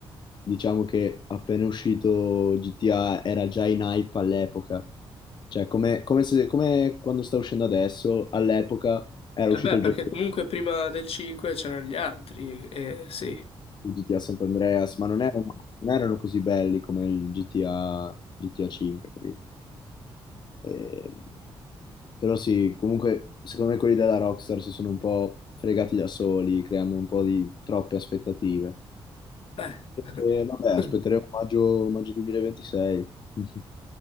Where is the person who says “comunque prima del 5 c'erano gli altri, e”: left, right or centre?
Left